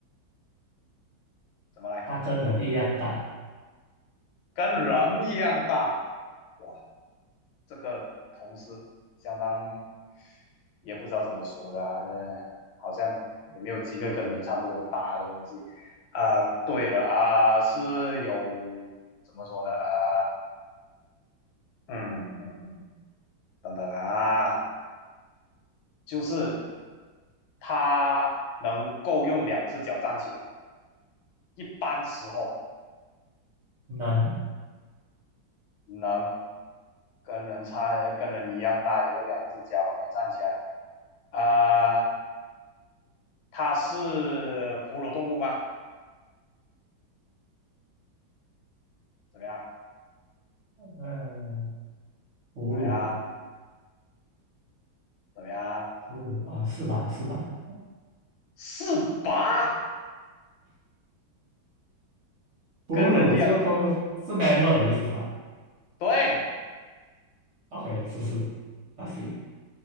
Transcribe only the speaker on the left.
怎么来？
跟人一样大。哇，这个同事相当也不知道怎么说的啊，这好像也没有几个跟人差不多大的东西啊。呃对了啊，呃是有怎么说呢？啊，呃嗯嗯嗯，等等啊，就是他能够用两只脚站起来，一般时候
能跟人差跟人一样大，也有两只脚能站起来啊。它是哺乳动物吗？怎么样？
怎么样？怎么样？
四八，
跟人一样，
对